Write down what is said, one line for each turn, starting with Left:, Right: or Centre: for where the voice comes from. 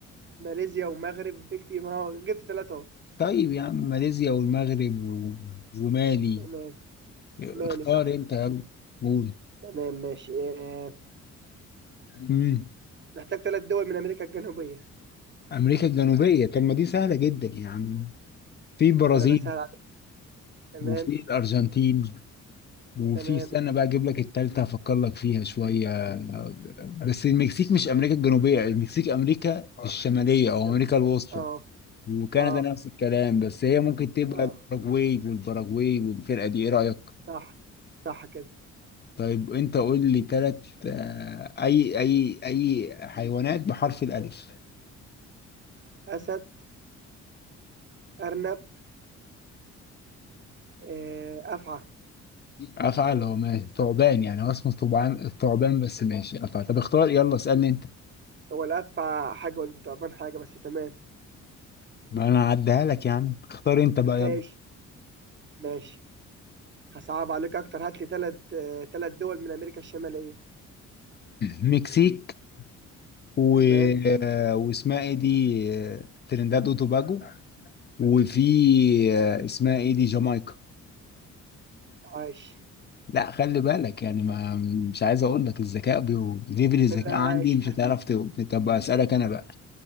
Right: ماليزيا ومغرب في كتير ما هو جبت ثلاثة اهو
Left: طيب يا عم ماليزيا والمغرب و... ومالي
Right: تمام
Left: اختار
Right: مالي صح
Left: انت يلا قول
Right: تمام ماشي آه.
Left: امم
Right: محتاج ثلاث دول من أمريكا الجنوبية
Left: امريكا الجنوبيه طب ما دي سهله جدا يا عم في البرازيل
Right: ما أنا بسهل عليك تمام
Left: وفي الارجنتين وفي
Right: تمام
Left: استنى بقى اجيب لك التالتة افكر لك فيها شويه بس المكسيك مش امريكا الجنوبيه المكسيك امريكا الشماليه
Right: الشب
Left: او امريكا الوسطى
Right: اه
Left: وكندا
Right: اه
Left: نفس الكلام بس هي ممكن تبقى
Right: اه
Left: الاوروجواي والباراجواي والفرقه دي ايه رايك
Right: صح صح كده
Left: طيب انت قول لي ثلاث اي اي اي حيوانات بحرف الالف
Right: أسد أرنب آه. أفعى
Left: افعل اللي ماشي ثعبان يعني هو اسمه ثعبان ثعبان بس ماشي افعل طب اختار يلا اسالني انت
Right: هو الأفعى حاجة والضبان حاجة بس تمام
Left: ما انا هعديها لك يا عم اختار انت بقى
Right: ماشي
Left: يلا
Right: ماشي هصعب عليك أكتر هات لي ثلاث ثلاث دول من أمريكا الشمالية
Left: مكسيك و...
Right: تمام
Left: آه، واسمها ايه دي آه، ترينداد وتوباجو وفي آه، اسمها ايه دي جامايكا
Right: عايش
Left: لا خلي بالك يعني ما مش عايز اقول لك الذكاء بيو... ليفل الذكاء
Right: لا
Left: عندي
Right: عايش
Left: مش هتعرف ت- طب اسالك انا بقى